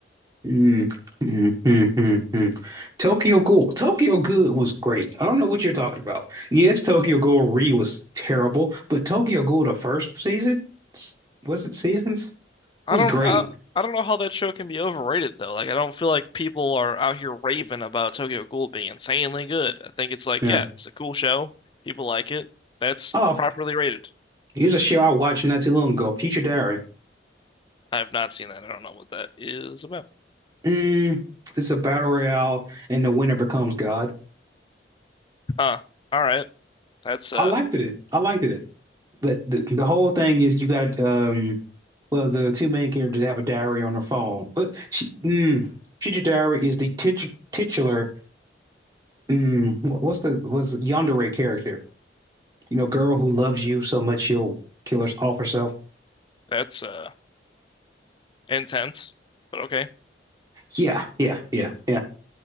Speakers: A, on the right (about 20°); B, on the left (about 25°).
A: Mm, mm, mm, mm, mm. Tokyo Ghoul. Tokyo Good was great. I don't know what you're talking about. Yes, Tokyo Ghoul Re was terrible, but Tokyo Ghoul the first season s- was it seasons
B: I
A: was
B: don't
A: great.
B: I, I don't know how that show can be overrated though. Like I don't feel like people are out here raving about Tokyo Ghoul being insanely good. I think it's like,
A: Yeah.
B: yeah, it's a cool show. People like it. That's
A: Oh,
B: properly rated.
A: here's a show I watched not too long ago, Future Diary.
B: I have not seen that. I don't know what that is about.
A: Mm, it's a battle royale, and the winner becomes God.
B: Huh. All right. That's uh
A: I liked it. I liked it. But the, the whole thing is you got to um, well, the two main characters have a diary on their phone. But she, mm, Future Diary is the titu titular. Mm, wh- what's the was Yandere character? You know, girl who loves you so much she'll kill her off herself.
B: that's uh intense, but okay.
A: Yeah, yeah, yeah, yeah.